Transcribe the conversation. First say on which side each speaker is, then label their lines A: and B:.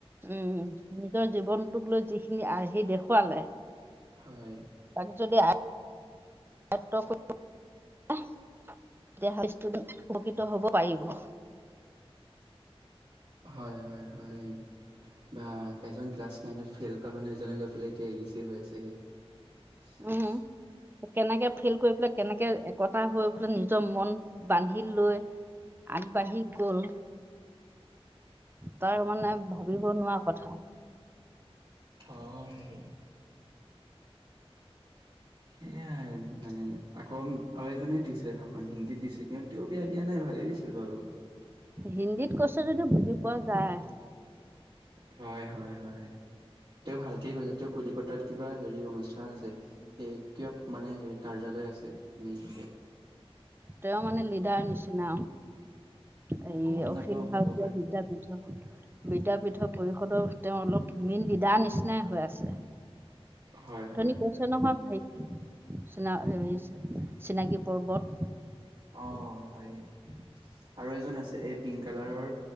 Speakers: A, on the right; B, on the right.
A: উম, নিজৰ জীৱনটোক লৈ যিখিনি আৰ্হি দেখুৱালে।
B: হয়।
A: তাক যদি <unintelligible> দেহ <unintelligible> উপকৃত হ'ব পাৰিব।
B: হয়, হয়, হয়। বা এজন ক্লাছ নাইনত ফেইল কৰা মানুহ এজনে গৈ পেলাই এতিয়া এৰি চি হৈ আছেহি। <unintelligible>
A: উম কেনেকে ফেল কৰি পেলাই কেনেকে একতা হৈ পেলাই নিজৰ মন বান্ধি লৈ আগবাঢ়ি গ'ল তাৰ মানে ভাবিব নোৱাৰা কথা।
B: হৰনিল সেয়াই মানে আকৌ আৰু এজনে দিছিলে ভাষণ হিন্দীত দিছে কিয় তেওঁ বেয়া দিয়া নাই ভালেই দিছিল বাৰু।
A: হিন্দীত কৈছে যদি বুজি পোৱা যায়।
B: হয়, হয়, হয়। তেওঁ ভালকে কৈছে, তেওঁ কলিকতাত কিবা হেৰি অনুষ্ঠান আছে। এই কিবা মানে হেৰি কাৰ্যালয় আছে মেইন যে।
A: তেওঁ মানে লিডাৰ নিচিনা এই
B: গম
A: অখিল
B: নাপাও
A: ভাৰতীয়
B: হ'ব পাৰে।
A: বিদাপীঠ। বিদাপীঠৰ পৰিষদৰ তেওঁ অলপ মেন লিদা নিচিনা। নিচিনাই হৈ আছে,
B: হয়
A: অথনি
B: হয়
A: কৈছে
B: হয়।
A: নহয় ভাইতি চিনাকি পৰ্বত।
B: অ' হয় আৰু এজন আছে এই পিংক কালাৰৰ